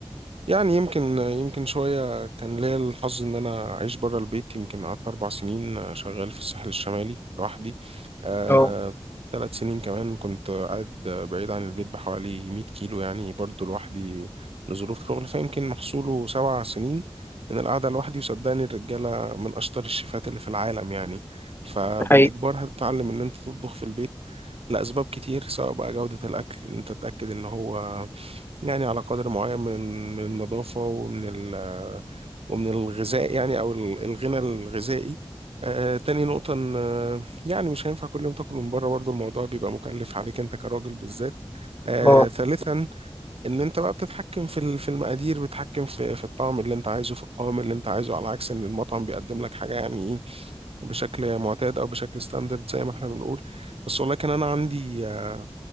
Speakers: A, on the right (about 70°); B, on the left (about 20°).
A: يعني يمكن يمكن شويه كان ليا الحظ ان انا اعيش بره البيت يمكن قعدت اربع سنين آه، شغال في الساحل الشمالي لوحدي آه
B: اه
A: ثلاث سنين كمان كنت قاعد بعيد عن البيت بحوالي 100 كيلو يعني برضو لوحدي لظروف شغل فيمكن محصوله سبع سنين من القعده لوحدي وصدقني الرجاله من اشطر الشيفات اللي في العالم يعني فبالاجبار
B: ده حقيقي
A: هتتعلم ان انت تطبخ في البيت لاسباب كتير سواء بقى جوده الاكل ان انت تتاكد ان هو يعني على قدر معين من من النظافة ومن ال ومن الغذاء يعني أو ال- الغنى الغذائي آه تاني نقطة إن آه، يعني مش هينفع كل يوم تاكل من بره برضه الموضوع بيبقى مكلف عليك أنت كراجل بالذات آه
B: اه
A: ثالثا إن أنت بقى بتتحكم في ال- في المقادير بتتحكم في في الطعم اللي أنت عايزه في القوام اللي أنت عايزه على عكس إن المطعم بيقدم لك حاجة يعني إيه بشكل معتاد أو بشكل ستاندرد زي ما إحنا بنقول بس ولكن أنا عندي آه،